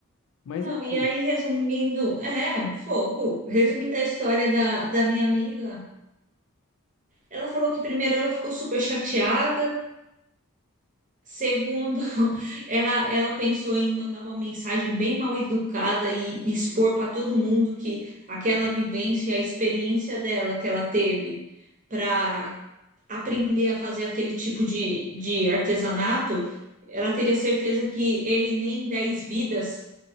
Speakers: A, on the left (about 65°); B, on the right (about 35°).
A: Mas
B: Não,
A: é.
B: e
A: o-
B: aí, resumindo, é, fogo. Resumindo a história da, da minha amiga, ela falou que primeiro ela ficou super chateada, segundo, <laughs> ela, ela pensou em mandar uma mensagem bem mal educada e, e expor para todo mundo que aquela vivência, a experiência dela que ela teve para aprender a fazer aquele tipo de, de artesanato, ela teria certeza que ele nem 10 vidas,